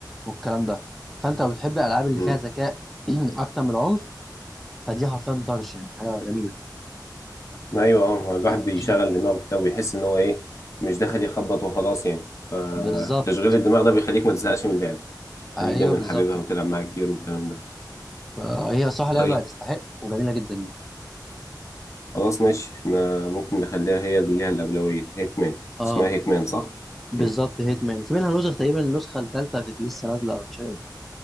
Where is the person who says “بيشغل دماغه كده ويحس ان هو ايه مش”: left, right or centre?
Left